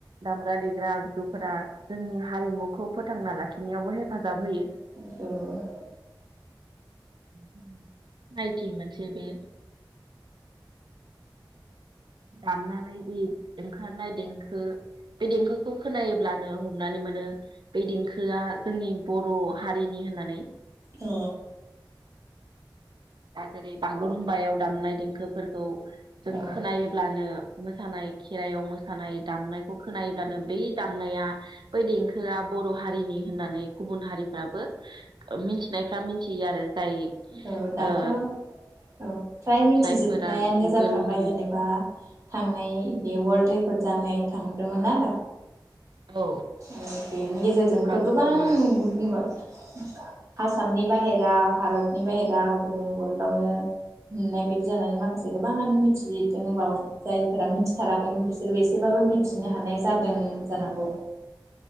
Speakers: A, on the right (about 65°); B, on the right (about 35°).
A: दामग्रा देग्रा आगजुफोरा जोंनि हारिमुखौ फोथांना लाखिनायावबो हेफाजाब होयो।
B: उम
A: सिनायथि मोनसे बे दामनानै जि ओंखारनाय देंखो। बे देंखोखौ खोनायोब्लानो हमनानै मोनो। बे देंखोआ जोंनि बर' हारिनि होननानै
B: अ
A: दा जेरै बागुरुमबायाव दामनाय देंखोफोरखौ। जों
B: औ
A: खोनायोब्लानो मोसानाय खेराइयाव मोसानाय दामनायखौ खोनायोब्लानो बे दामनाया बै देंखोआ बर' हारिनि होननानै गुबुन हारिफ्राबो मिथिनायफ्रा मिथियो आरो जाय
B: औ दाथ'
A: ओ
B: औ फ्राय मिथिजोबनायानो
A: जायफोरा गुगोलनि
B: जाफ्रामबाय जेनेबा थांनाय बे वाल्ड रेकर्ड जानाय थांदोंमोन ना
A: औ
B: आरो बेनि गेजेरजोंबोथ'
A: बागुरुम्बा
B: गोबां <unintelligible> आसामनि बाहेरा भारतनि बाहेरा गुबुन वार्ल्डावनो। नुनाय बायदि जानानै माखासे गोबाङानो मिथिजदों बाव जायफोरा मिथिथाराखैमोन बिसोरबो एसेबाबो मिथिनो हानाय जादों जानांगौ।